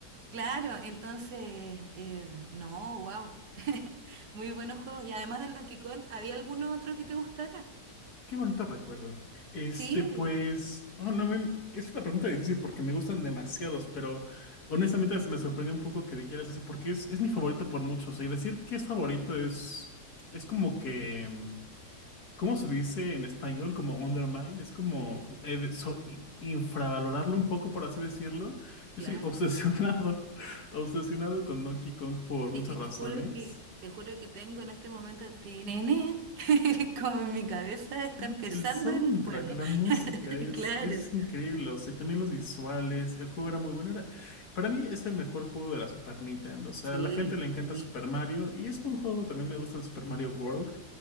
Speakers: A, on the right (about 70°); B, on the left (about 60°).
A: Claro, entonces, eh, no, wow. <laughs> Muy buenos juegos. Y además del Donkey Kong, ¿había algún otro que te gustara?
B: Qué bonito recuerdo. Este,
A: Sí,
B: pues, oh, no, me- es una pregunta difícil porque me gustan demasiados, pero honestamente se me sorprendió un poco que dijeras eso porque es, es mi favorito por muchos. Y decir que es favorito es, es como que... ¿Cómo se dice en español como undermine? Es como eh, de- so- i- infravalorarlo un poco, por así decirlo.
A: claro.
B: Yo soy obsesionado, <laughs> obsesionado con Donkey Kong por muchas
A: Es que te
B: razones.
A: juro que, te juro que tengo en este momento, tenenen, <laughs> como en mi cabeza está
B: Y
A: empezando
B: El soundtrack,
A: el juego.
B: la música
A: <laughs>
B: es,
A: Claro.
B: es increíble, o sea, y también los visuales, el juego era muy bueno. Era, para mí es el mejor juego de la Super Nintendo, o sea,
A: Sí,
B: a la gente le encanta
A: sí.
B: Super Mario y es buen juego, también me gusta el Super Mario World,